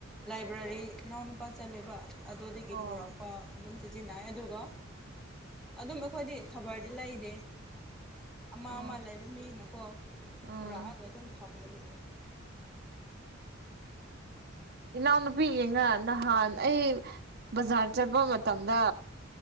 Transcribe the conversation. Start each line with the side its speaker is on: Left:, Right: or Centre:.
Centre: ꯂꯥꯏꯕ꯭ꯔꯦꯔꯤ ꯏꯅꯥꯎꯅꯨꯄꯥ ꯆꯠꯂꯦꯕ ꯑꯗꯨꯗꯒꯤ
Right: ꯑꯣ
Centre: ꯄꯨꯔꯛꯄ꯫ ꯑꯗꯨꯝ ꯁꯤꯖꯤꯟꯅꯩ ꯑꯗꯨꯒ ꯑꯗꯨꯝ ꯑꯈꯣꯏꯗꯤ ꯈꯕꯔꯗꯤ ꯂꯩꯗꯦ꯫ ꯑꯃ
Right: ꯑꯣ
Centre: ꯑꯃ ꯂꯩꯕ ꯃꯤꯅꯀꯣ
Right: ꯎꯝ
Centre: ꯄꯨꯔꯛꯑꯒ ꯑꯗꯨꯝ ꯊꯝꯕꯒꯤ꯫ <inaudible>
Right: ꯏꯅꯥꯎꯅꯨꯄꯤ ꯌꯦꯡꯉ ꯅꯍꯥꯟ ꯑꯩ ꯕꯖꯥꯔ ꯆꯠꯄ ꯃꯇꯝꯗ